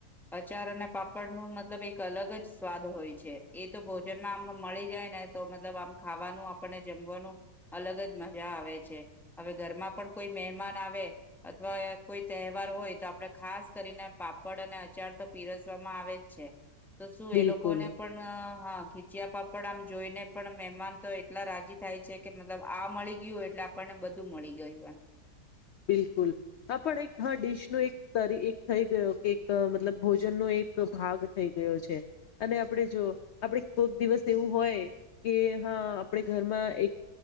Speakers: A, in the centre; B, on the left.
A: અચાર અને પાપડ. ન મતલબ એક અલગ જ સ્વાદ હોય છે એ તો ભોજનમાં આમ મળી જાય ને તો મતલબ આમ ખાવાનું આપણને જમવાનું અલગ જ મજા આવે છે હવે ઘરમાં પણ. કોઈ મહેમાન આવે અથવા કોઈ. બાર હોય તો આપડે ખાસ કરીને. પાપડ અને અચાર તો પીરસવામાં આવે જ છે. તો શું
B: બિલકુલ
A: એ લોકોને પણ હા. ખીચયા પાપડ આમ જોઈને પણ મહેમાન તો એટલા રાજી થાય છે કે મતલબ આ મળી ગયું હો એટલે આપણને બધું મળી ગયું એમ.
B: બિલકુલ આપણ એક હ ડિશ. ન એક એક થઈ ગયો કે એક મતલબ ભોજનનોો એક ભાગ થઈ ગયો છે અને આપણે જો આપડ કોઈક દિવસ એવું હોય કે હા આપણે ઘરમાં એક